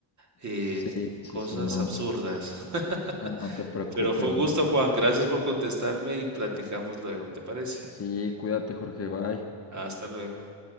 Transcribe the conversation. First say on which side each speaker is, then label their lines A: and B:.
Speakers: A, on the right (about 35°); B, on the left (about 30°).
A: eh,
B: Sí, sí,
A: cosas
B: sí, no,
A: absurdas.
B: no, no, no te
A: <laughs>
B: preocupes,
A: Pero fue un
B: no
A: gusto,
B: te preocupes.
A: Juan. Gracias por contestarme y platicamos luego, ¿te parece?
B: Sí, cuídate, Jorge, bye.
A: Hasta luego.